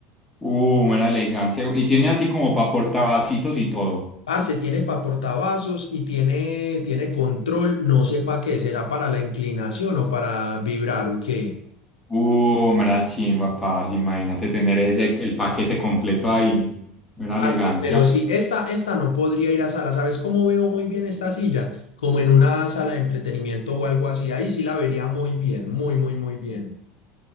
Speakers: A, in the centre; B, on the left (about 70°).
A: Uh, mera elegancia. we- Y tiene así como para portavacitos y todo.
B: Parce, tiene para portavasos y tiene, tiene control, no sé para qué, será para la inclinación o para vibrar o qué.
A: Uh, mera chimba, parce. Imagínate tener ese, el paquete completo ahí. Mera
B: Parce,
A: elegancia.
B: pero sí, esta, esta no podría ir a sala. ¿Sabes cómo veo muy bien esta silla? Como en una sala de entretenimiento o algo así. Ahí sí la vería muy bien, muy, muy, muy bien.